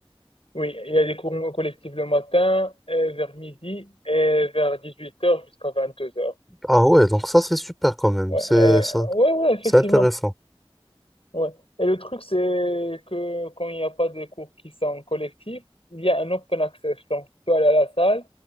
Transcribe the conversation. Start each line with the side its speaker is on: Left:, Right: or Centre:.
Left: Oui, il y a des cours collectifs le matin, euh, vers midi, et vers dix huit heures jusqu'à vingt deux heures
Centre: Ah ouais, donc ça, c'est super quand même.
Left: Ouais,
Centre: C'est
Left: et-
Centre: ça,
Left: ouais, ouais, effectivement.
Centre: c'est intéressant.
Left: Ouais. Et le truc, c'est que quand il n'y a pas des cours qui sont collectifs, il y a un open access. Donc, tu peux aller à la salle